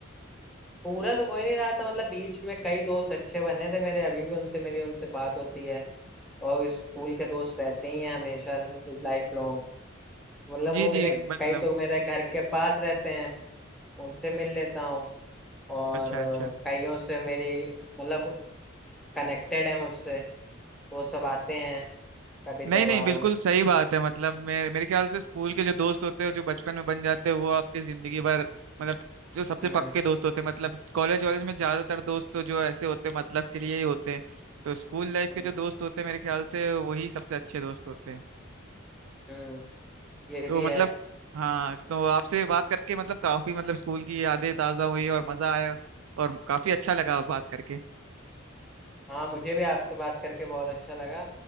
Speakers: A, in the centre; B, on the right.
A: पूरा तो कोई नहीं रहा था मतलब बीच में कई दोस्त अच्छे बने थे मेरे अभी भी उनसे मेरी उनसे बात होती है और स्कूल के दोस्त रहते ही हैं हमेशा लाइफ लॉन्ग मतलब
B: जी
A: वो मेरे
B: जी मतलब
A: कई तो मेरे घर के पास रहते हैं उनसे मिल लेता हूँ और
B: अच्छा
A: अ,
B: अच्छा
A: कईयों से मेरी मतलब कनेक्टेड है मुझसे वो सब आते हैं कभी त्योहारों
B: नहीं नहीं बिल्कुल
A: में
B: सही बात है मतलब मेरे मेरे ख्याल से स्कूल के जो दोस्त होते हैं जो बचपन में बन जाते हैं वो आपके जिंदगी भर मतलब जो सबसे
A: हम्म
B: पक्के दोस्त होते हैं मतलब कॉलेज वॉलेज में ज्यादातर दोस्त तो जो ऐसे होते हैं मतलब के लिए ही होते हैं तो स्कूल लाइफ
A: हम्म
B: के जो दोस्त होते हैं मेरे ख्याल से वही सबसे अच्छे दोस्त होते हैं
A: हम्म ये
B: तो
A: भी
B: मतलब
A: है
B: हाँ तो आपसे बात करके मतलब काफी मतलब स्कूल की यादें ताजा हुई और मजा आया और काफी अच्छा लगा बात करके
A: हाँ मुझे भी आपसे बात करके बहुत अच्छा लगा